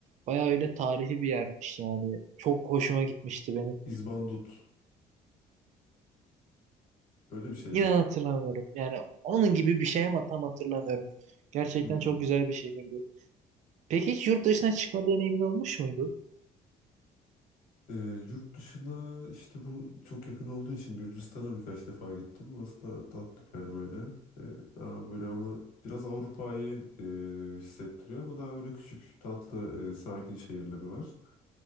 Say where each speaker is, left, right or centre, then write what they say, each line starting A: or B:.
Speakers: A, on the right; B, on the left.
A: Bayağı öyle tarihi bir yermiş yani. Çok hoşuma gitmişti benim.
B: İzbandut. Öyle bir şey
A: İnan
B: mi?
A: hatırlamıyorum. Yani onun gibi bir şey ama tam hatırlamıyorum. Gerçekten
B: Hmm.
A: çok güzel bir şehirdi. Peki hiç yurt dışına çıkma deneyimin olmuş muydu?
B: Ee, yurt dışına işte bu çok yakın olduğu için Gürcistan'a birkaç defa gittim. Orası da tatlı bir yer böyle. Ee, daha böyle ama biraz Avrupa'yı e, hissettiriyor ama daha böyle küçük tatlı e, sakin şehirleri var.